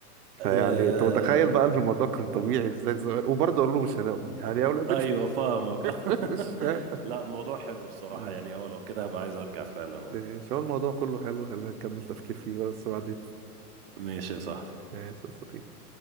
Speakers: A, on the right (about 40°); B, on the right (about 80°).
A: آه
B: فيعني انت متخيل بقى ان الموضوع كان طبيعي ازاي زمان وبرضه قالوا له مش هنؤمن يعني يا اولاد ال-
A: ايوه فاهمك
B: <laughs> مش
A: <laughs>
B: فاهم
A: لا الموضوع حلو الصراحه
B: مم.
A: يعني اه لو كده هبقى عايز ارجع فعلا اه
B: إيه، شو الموضوع كله حلو خلينا نكمل تفكير فيه بقى بس بعدين
A: ماشي يا صاحبي
B: ماشي يا صديقي